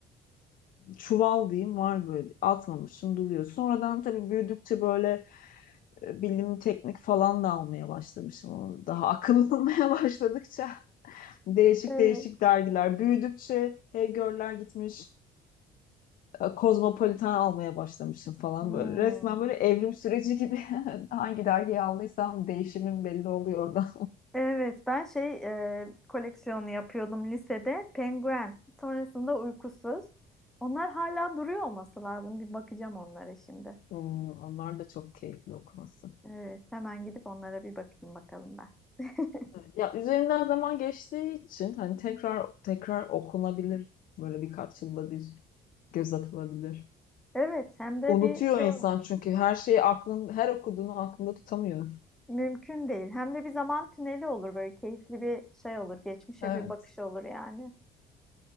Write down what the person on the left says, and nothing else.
çuval diyeyim var böyle atmamışım duruyor. Sonradan tabii büyüdükçe böyle e, bilim teknik falan da almaya başlamışım. Ama Daha akıllanmaya <laughs> başladıkça değişik
değişik dergiler. Büyüdükçe Heygör'ler gitmiş, e, kozmopolitan almaya başlamışım falan
böyle. Resmen böyle evrim süreci gibi <laughs> hangi dergiyi aldıysam değişimim belli oluyor orada.
Hmm, onlar da çok keyifli okuması.
Evet, ya üzerinden zaman geçtiği için hani tekrar tekrar okunabilir. Böyle birkaç yılda bir göz atılabilir.
Unutuyor
insan
çünkü her şeyi aklın her okuduğunu aklında tutamıyor.
Evet.